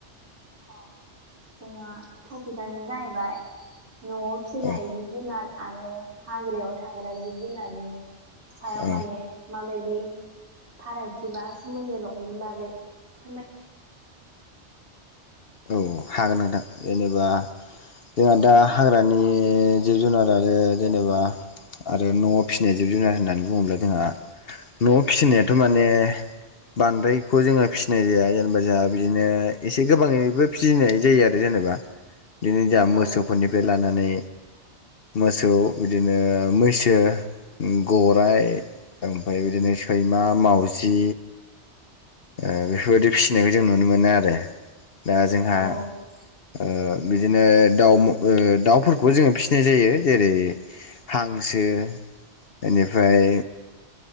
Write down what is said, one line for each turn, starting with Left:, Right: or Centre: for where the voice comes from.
Right: अ जोंहा टपिकआनो जाहैबाय न'आव फिसिनाय
Left: औ
Right: जिब जुनार आरो हाग्रायाव थाग्रा जिब जुनारनि सायाव
Left: औ
Right: माने माबायदि फारागथि बा सोमोन्दो दं बेनि बागै फोरमाय
Left: औ हागोन नोंथां जेनेबा जोंहा
Right: अ
Left: दा हाग्रानि जिब जुनार आरो जेनेबा आरो न'आव फिसिनाय जिब जुनार होननानै बुङोब्ला जोंहा न'आव फिसिनायाथ' माने बांद्रायखौ जोङो फिसिनाय जाया जेनेबा जाहा बिदिनो एसे गोबाङै बो फिसिनाय जायो आरो जेनेबा बिदिनो जोंहा
Right: औ
Left: मोसौफोरनिफ्राय लानानै
Right: <inaudible>
Left: मोसौ बिदिनो मैसो उ गराइ ओमफाय बिदिनो सैमा मावजि ओ बेफोरबायदि फिसिनायखौ जों नुनो मोनो आरो दा जोंहा
Right: औ
Left: ओ बिदिनो दाउ ओ दाउफोरखौबो जोङो फिसिनाय जायो जेरै हांसो बेनिफ्राय